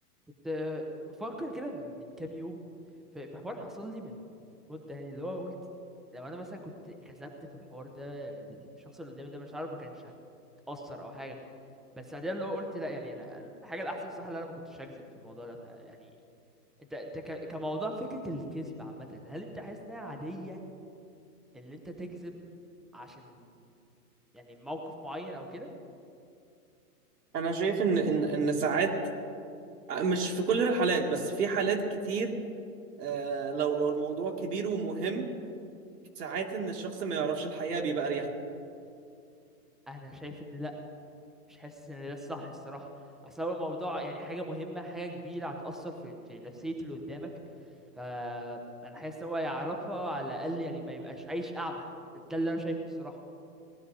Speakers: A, in the centre; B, on the right.
A: كنت آه، بفكر كده من كام يوم ف- في حوار حصل لي من من مدة يعني اللي هو قلت لو انا مثلا كنت كذبت في الحوار ده الشخص اللي قدامي ده مش عارف ما كانش هتأثر او حاجة بس بعدين اللي هو قلت لا يعني انا الحاجة الاحسن صح اللي انا ما كنتش هكذب في الموضوع ده فيعني انت انت ك- كموضوع فكرة الكذب عامة هل انت حاسس انها عادية ان انت تكذب عشان يعني موقف معين او كده
B: انا شايف ان ان ان ساعات آه، مش في كل الحالات بس في حالات كتير آه لو لو الموضوع كبير ومهم ساعات ان الشخص ما يعرفش الحقيقة بيبقى اريح له
A: انا شايف ان لا مش حاسس ان ده الصح الصراحه اصل هو الموضوع يعني حاجه مهمه حاجه كبيره هتاثر في في نفسيه اللي قدامك فانا حاسس هو يعرفها على الاقل يعني ما يبقاش عايش اعمى ده اللي انا شايفه الصراحه